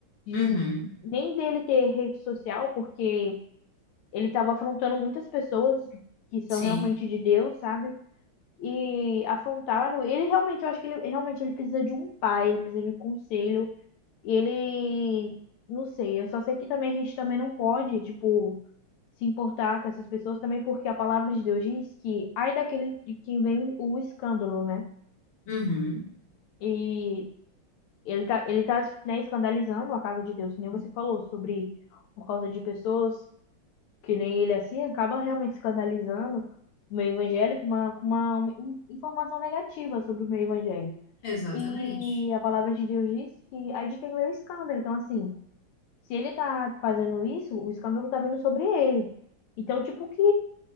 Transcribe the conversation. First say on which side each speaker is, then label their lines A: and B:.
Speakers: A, on the left; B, on the left.
A: De
B: Uhum.
A: nem dele ter rede social, porque ele estava afrontando muitas pessoas que são
B: Sim.
A: realmente de Deus, sabe? E afrontaram. Ele realmente, eu acho que ele realmente ele precisa de um pai, ele precisa de um conselho. E ele, não sei, eu só sei que também a gente também não pode, tipo, se importar com essas pessoas também, porque a palavra de Deus diz que ai daquele de quem vem o escândalo, né?
B: Uhum.
A: E ele tá, ele tá, né, escandalizando a casa de Deus, que nem você falou, sobre por causa de pessoas que nem ele assim, acaba realmente escandalizando o meio evangélico, com uma, com uma, uma in- informação negativa sobre o meio evangélico.
B: Exatamente.
A: E a palavra de Deus diz que aí de quem veio o escândalo. Então, assim, se ele tá fazendo isso, o escândalo tá vindo sobre ele. Então, tipo, que